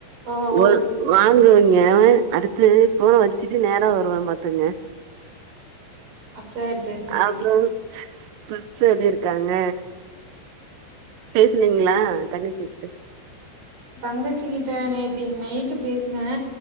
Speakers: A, on the right; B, on the right.
A: ஓ
B: வா
A: ஊரு சரி
B: வாங்குவங்க
A: சரி
B: அடுத்து போன வச்சுட்டு நேரா வருவே பாத்துங்க
A: ஆ சரி சரி சரி
B: அப்றோ சிஸ்டர் எப்டி இருக்காங்க பேசுனீங்களா தங்கச்சி த
A: தங்கச்சிகிட்ட நேத்தி நைட்டு பேசுன